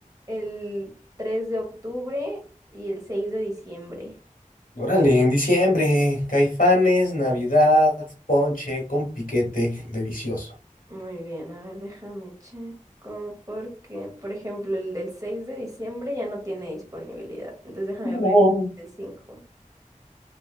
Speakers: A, on the right; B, on the left.
A: el 3 de octubre y el 6 de diciembre.
B: Órale, en diciembre, Caifanes, Navidad, ponche con piquete delicioso.
A: Muy bien, a ver, déjame checo porque, por ejemplo, el del 6 de diciembre ya no tiene disponibilidad. Entonces déjame
B: No.
A: ver el 5.